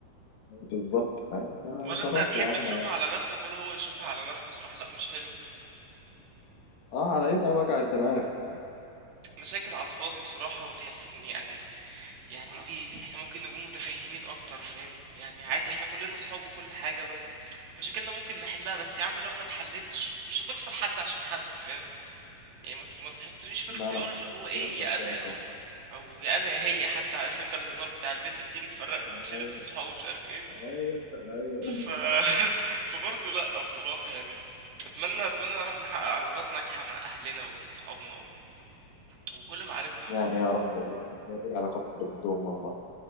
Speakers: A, on the left; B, on the right.
A: بالظبط فاهم فخلاص
B: ولا انت هتحب
A: يا عم
B: تشوفها على نفسك ولا هو يشوفها على نفسه بصراحة لا مش حلو
A: اه على ايه بقى وجع الدماغ فاهم
B: مشاكل على الفاضي بصراحة وتحس ان يعني يعني ليه احنا ممكن نكون متفهمين اكتر فاهم يعني عادي احنا كلنا اصحاب وكل حاجة بس مشاكلنا ممكن نحلها بس يا عم لو ما اتحلتش مش هتخسر حد عشان حد فاهم يعني ما ت- ما تحطنيش في
A: لا
B: اختيار
A: لا
B: اللي
A: بجد
B: هو ايه
A: في ناس تفكيرها
B: يا انا يا هو او يا انا يا هي حتى عارف انت الهزار بتاع البنت بتيجي تفرق شلة
A: صعب
B: الصحاب ومش عارف ايه
A: ايوه ايوه
B: ف <laughs> فبرضه لأ بصراحة يعني أتمنى أتمنى نعرف نحقق علاقات ناجحة مع أهلنا وصحابنا و... وكل معارفنا عموما
A: يعني يا رب والله بس هي دي العلاقات اللي بتدوم والله